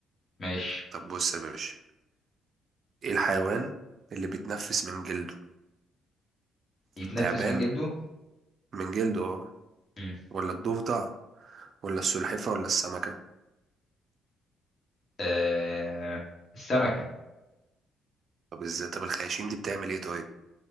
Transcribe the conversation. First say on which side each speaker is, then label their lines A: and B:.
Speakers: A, on the left; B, on the right.
A: ماشي
B: طب بص يا باشا إيه الحيوان اللي بيتنفس من جلده
A: يتنفس
B: التعبان
A: من جلده
B: من جلده أهو
A: مم.
B: ولا الضفدع ولا السلحفة ولا السمكة
A: آه... السمكه
B: طب ازاي طب الخياشيم دي بتعمل ايه طيب